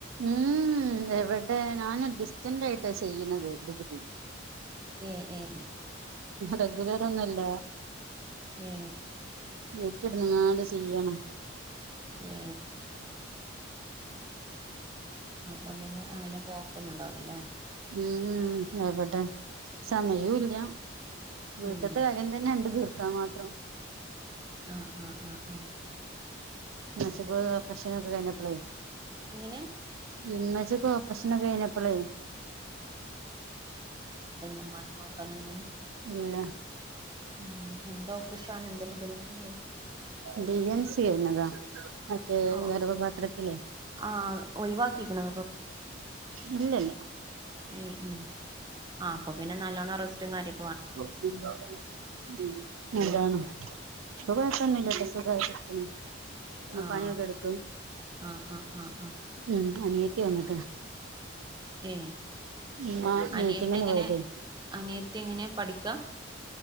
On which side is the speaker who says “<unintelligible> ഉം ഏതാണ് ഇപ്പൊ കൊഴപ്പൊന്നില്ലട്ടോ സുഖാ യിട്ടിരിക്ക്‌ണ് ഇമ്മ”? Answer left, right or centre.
Right